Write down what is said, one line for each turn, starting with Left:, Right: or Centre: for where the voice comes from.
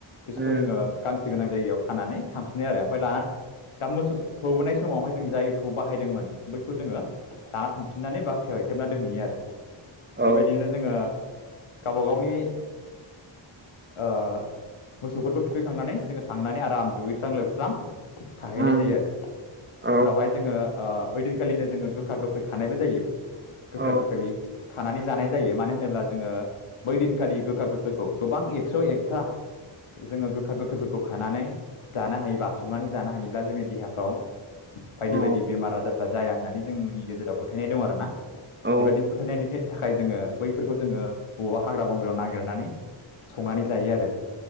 Left: बिसोरखौ
Right: उम
Left: जोङो गांसो गोनां जायगायाव खानानै थांफिनो आरो ओमफ्राय ला दा मोसौ होबोनाय समावहाय जों जायखौ बाहायदोंमोन बैखौ जोङो दाना थांफिन नानै बाख्रियाव एथेबना दोनहैयो आरो
Right: औ
Left: बेबायदिनो जोङो गावबा गावनि ओ मोसौफोरखौ थुखैखांनानै जोङो थांनानै आराम दुगैस्रां लोबस्रां थाहैनाय
Right: उम
Left: जायो आरो
Right: औ
Left: उनावहाय जोङो ओ इदिनखालिनो जोङो गोखा गोखै खा नाय बो जायो गोखा
Right: औ
Left: गोखै खानानै जानाय जायो मानो होनोब्ला जोङो बैदिनखालि गोखा गोखोखौ गोबां एक्स' एकथा जोङो गोखा गोखैफोरखौ खानानै जानो हायोबा संनानै जानो हायोब्ला जोंनि देहाफ्राव बायदि
Right: औ
Left: बायदि बेमार आजारफ्रा जाया होननानै जोंनि गेजेराव फोथायनाय दं आरोना
Right: औ
Left: बेबायदिनो फोथायनायनि गे थाखाय जोङो बैफोरखौ जोङो बबावबा हाग्रा बंग्रायाव नागिरनानै संनानै जायो आरो।